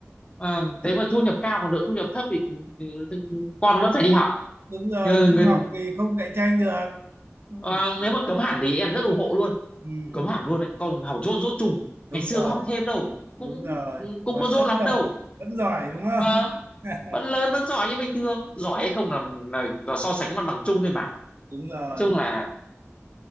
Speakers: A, on the left; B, on the right.
A: Ờ, thế mà thu nhập cao còn đỡ thu nhập thấp thì, thì, thì con vẫn phải đi học
B: đúng rồi.
A: Ờ,
B: Không
A: người,
B: học thì không cạnh tranh được. Ui
A: ờ,
B: giời,
A: nếu mà cấm hẳn thì em rất ủng hộ luôn
B: Ừ,
A: cấm hẳn luôn con học dốt dốt trùng
B: đúng
A: ngày xưa
B: rồi,
A: có học thêm đâu
B: đúng
A: cũng
B: rồi.
A: cũng
B: Mà
A: có dốt
B: vẫn
A: lắm
B: giỏi,
A: đâu
B: vẫn giỏi đúng không?
A: Ờ,
B: <laughs>
A: vẫn lớn vẫn giỏi như bình thường giỏi hay không là, là, là so sánh mặt bằng chung thôi mà nói
B: Đúng rồi.
A: chung là